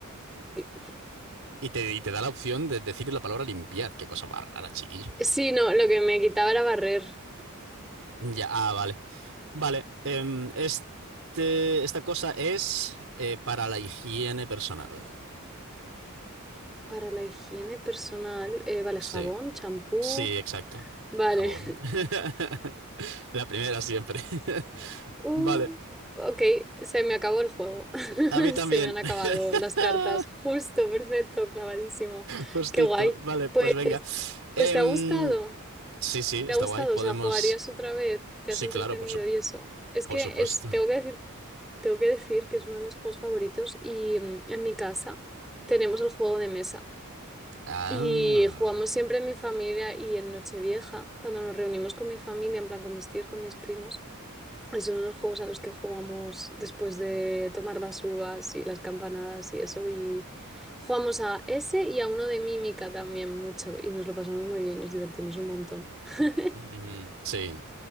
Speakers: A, in the centre; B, on the right.
A: Sí,
B: Y te, y te da la opción de decir la palabra limpiar. Qué cosa más rara, chiquillo.
A: Sí, no, lo que me quitaba era barrer.
B: Ya, ah, vale. Vale, em, este, esta cosa es eh, para la higiene personal.
A: Para la higiene personal, eh, vale,
B: Sí,
A: jabón, champú.
B: sí, exacto.
A: Vale.
B: Jabón.
A: <laughs>
B: <laughs> La primera siempre. <laughs>
A: Uh,
B: Vale,
A: ok, se me acabó el juego. <laughs>
B: a mí también.
A: Se me han acabado
B: <laughs>
A: las cartas. Justo, perfecto, clavadísimo.
B: Justito.
A: Qué guay.
B: Vale, pues
A: Pues,
B: venga. Em,
A: pues ¿te ha gustado?
B: Sí, sí,
A: ¿Te
B: está
A: ha gustado?
B: guay. Podemos.
A: O sea, ¿jugarías otra vez? ¿Te
B: Sí,
A: has entretenido
B: claro, por su-
A: y eso? Es
B: por
A: que
B: supuesto.
A: es, tengo que decir, tengo que decir que es uno de mis juegos favoritos y mm, en mi casa tenemos el juego de mesa
B: Ah.
A: y jugamos siempre en mi familia y en Nochevieja, cuando nos reunimos con mi familia, en plan con mis tíos, con mis primos. Y son los juegos a los que jugamos después de tomar las uvas y las campanadas y eso. Y jugamos a ese y a uno de mímica también mucho. Y nos lo pasamos muy bien, nos divertimos un montón. <laughs>
B: Mm, sí.